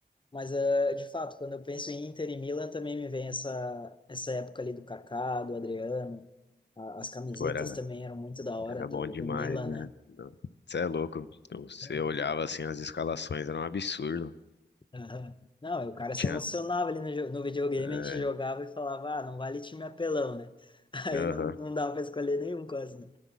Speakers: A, on the left (about 25°); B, on the left (about 70°).
A: Mas ah, de fato, quando eu penso em Inter e Milan também me vem essa essa época ali do Kaká, do Adriano. A- As camisetas
B: Pô, era,
A: também eram muito da hora
B: era
A: do,
B: bom demais,
A: do Milan,
B: né?
A: né?
B: Você é louco. Você
A: Então,
B: olhava assim as escalações, era um absurdo.
A: aham. Não, o cara se
B: Tinha.
A: emocionava ali no, jo- no videogame,
B: é,
A: a gente jogava e falava, ah, não vale time apelão, né? <laughs> Aí
B: aham.
A: não, não dava pra escolher nenhum quase, né?